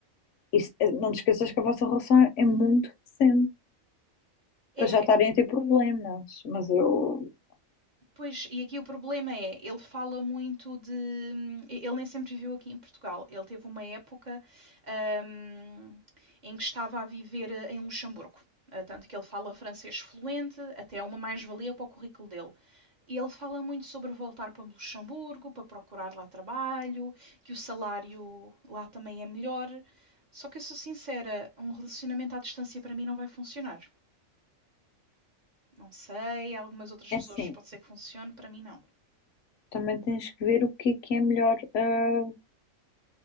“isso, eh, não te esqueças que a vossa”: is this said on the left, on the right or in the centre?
Left